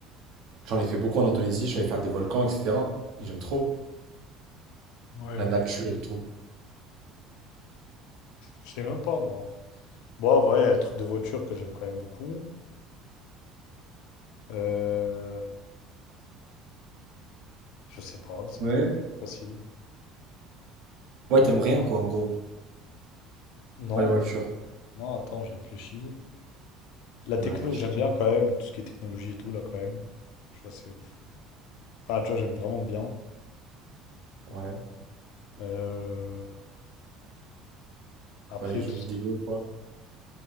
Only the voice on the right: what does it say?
j'en ai fait beaucoup en Indonésie. Je suis allé faire des volcans, etc. Et j'aime trop
la nature et tout.
Ouais.
Ouais, t'aimes rien, quoi, en gros,
pour les voitures.
Ouais, réfléchis.
Ouais,
pour les jeux
vidéo,
quoi.